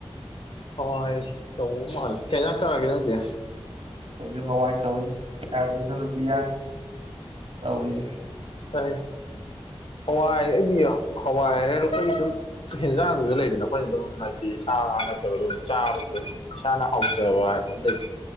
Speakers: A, on the left; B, on the right.
A: ꯍꯋꯥ ꯇꯧꯕ ꯃꯥꯜꯂꯦ ꯀꯩꯗꯥꯛ ꯆꯥꯔꯒꯦ ꯑꯗꯨꯗꯤ
B: ꯑꯩꯈꯣꯏꯁꯨ ꯍꯋꯥꯏ ꯇꯧꯋꯤ ꯌꯥꯗ꯭ꯔꯦꯗ ꯑꯗꯨꯗꯤ ꯌꯥ ꯇꯧꯔꯤꯁꯦ
A: ꯁ ꯍꯋꯥꯏ ꯑꯩꯗꯤ ꯍꯋꯥꯏꯔ ꯑꯩꯈꯣꯏꯒꯤ ꯑꯗꯨꯝ ꯍꯦꯟꯖꯥꯡꯒꯤꯁꯨ ꯂꯩꯗꯅ ꯑꯩꯈꯣꯏꯅ ꯑꯗꯨꯝ ꯍꯥꯏꯗꯤ ꯁꯥ ꯉꯥ ꯅꯠꯇ꯭ꯔꯒ ꯑꯗꯨꯝ ꯆꯥꯕ ꯏꯁꯥꯅ ꯑꯥꯎꯖꯕꯕ ꯂꯩ